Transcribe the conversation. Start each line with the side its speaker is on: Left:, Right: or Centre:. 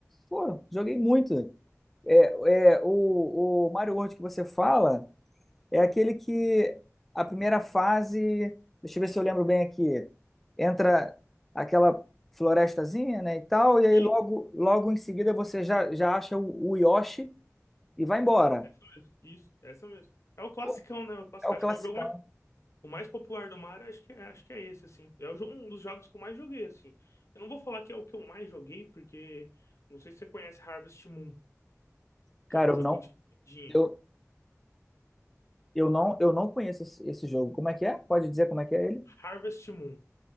Centre: pô, joguei muito. É, é, o, o Mario World que você fala. É aquele que a primeira fase, deixa eu ver se eu lembro bem aqui, entra aquela florestazinha, né, e tal, e aí
Left: E
Centre: logo, logo em seguida você já, já acha o, o Yoshi e vai embora.
Left: essa mesmo, isso, essa mesmo. É o classicão,
Centre: Pô,
Left: né? O clássico,
Centre: é o
Left: acho
Centre: classicão.
Left: que é o jogo mais O mais popular do mar, acho que é, acho que é esse, assim. É o jo- um dos jogos que eu mais joguei, assim. Eu não vou falar que é o que eu mais joguei, porque não sei se você conhece Harvest Moon,
Centre: Cara,
Left: que é um
Centre: eu
Left: joguinho
Centre: não,
Left: de fazendinha.
Centre: eu, eu não, eu não conheço esse, esse jogo. Como é que é? Pode dizer como é que é ele?
Left: Harvest Moon